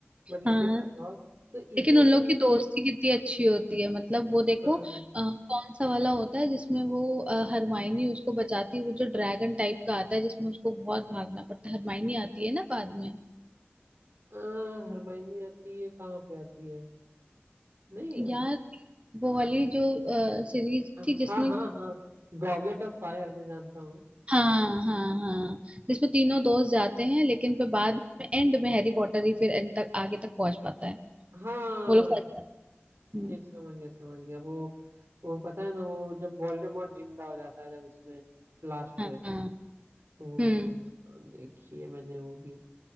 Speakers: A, on the right (about 65°); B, on the right (about 30°).
A: बट लेकिन
B: हाँ
A: अभाव तो इसी
B: लेकिन
A: वजह
B: उन लोग
A: से
B: की दोस्ती कितनी अच्छी होती है मतलब वो देखो
A: हाँ
B: अ, कौन सा वाला होता है जिसमें वो अ, हरमाइनी उसको बचाती है वो जो ड्रैगन टाइप का आता है जिसमें उसको बहुत भागना पड़ता है हरमाइनी आती है ना बाद में
A: हाँ, हरमाइनी आती है कहाँ पे आती है नहीं यार
B: यार वो वाली जो सीरीज
A: हाँ
B: थी जिसमें
A: हाँ हाँ गॉबलेट ऑफ फायर मैं जानता हूँ
B: हाँ हाँ हाँ जिसमें तीनों दोस्त जाते हैं लेकिन फिर बाद में एंड में हैरी पॉटर ही फिर एंड तक आगे तक पहुंच पाता है
A: हाँ
B: वो लोग फंस जाते हैं
A: ठीक समझ गया समझ गया वो वो पता है ना वो जब वोल्डेमॉर्ट जिंदा हो जाता है जब उसमें लास्ट
B: हाँ
A: में
B: हाँ
A: वो
B: हम्म
A: देखिए मैंने वो भी